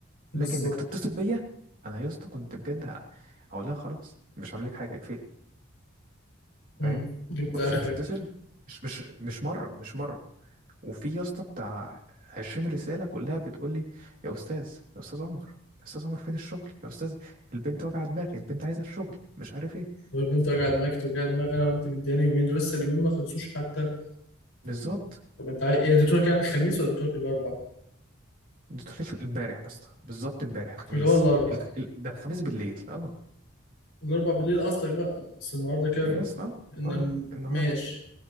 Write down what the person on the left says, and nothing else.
بالظبط
امم
جبت
آخرك
طب أنت قاعد معاك وجع دماغ أنا وأنت مدياني يومين لسه اليومين ما خلصوش حتى
طب أنت عايز إيه اديتوك يعني الخميس ولا اديتوك الأربع؟
اللي هو الأربع
الأربع بالليل قصدك بقى بس النهاردة كده
إن
ماشي